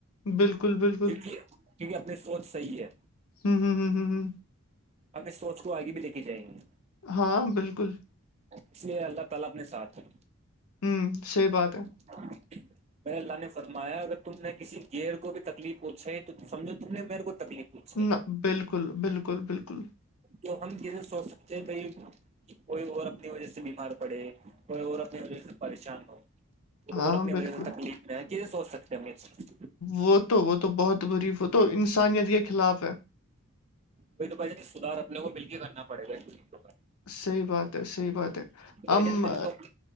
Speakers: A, on the left (about 85°); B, on the right (about 30°).
A: بالکل بالکل
B: کی کیونکہ اپنی سوچ صحیح ہے
A: ہوں ہوں ہوں
B: ہم اس سوچ کو آگے بھی لے کے جائیں گے
A: ہاں بالکل
B: اس لیے اللہ تعالی اپنے ساتھ ہے
A: ہوں صحیح بات ہے
B: ہ
A: <inaudible>
B: <inaudible> م اللہ نے فرمایا اگر تم نے کسی گئر کو بھی تکلیف پوچھائی ہے تو سمجھو تم نے میرے کو تکلیف پہنچائی
A: نہ بالکل بالکل بالکل
B: تو ہم کیسے سوچ سکتے ہیں بائی کوئی اور اپنی وجہ سے بیمار پڑے کوئی اور اپنی وجہ سے پریشان ہو
A: ہاں
B: اور اپنی
A: بالکل
B: وجہ سے تکلیف میں ہے کہ سوچ سکتے ہیں ہممی
A: وہ تو وہ تو بہت بری تو انسانیت کے خلاف ہے
B: ب تو بھ نہیں سدھار اپنے کو مل کے کرنا پڑے گا کا
A: صحیح بات ہے صحیح بات ہے
B: بھ
A: ہم
B: جن نے تو